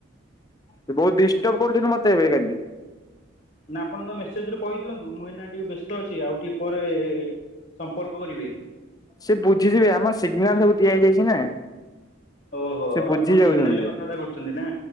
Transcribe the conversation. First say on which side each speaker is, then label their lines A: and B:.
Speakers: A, on the left; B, on the left.
A: ସେ ବହୁତ ଡିଷ୍ଟର୍ବ କରୁଥିଲୁ ମତେ ଏବେଖାଲି।
B: ନା ଆପଣ ତ ମେସେଜରେ କହିଦିଅନ୍ତୁ ମୁଁ ଏଇନା ଟିକେ ବ୍ୟସ୍ତ ଅଛି ଆଉ ଟିକେ ପରେ ସମ୍ପର୍କ କରିବେ।
A: ସେ ବୁଝିଯିବେ ଆମର ସିଗନାଲ ସବୁ ଦିଆ ହେଇଯାଇଛି ନା।
B: ଓହୋ
A: ସେ ବୁଝି
B: ଆପଣ
A: ଯାଉଛନ୍ତି।
B: ସିଗନାଲ ରେ କଥାବାର୍ତ୍ତା କରୁଛନ୍ତି ନା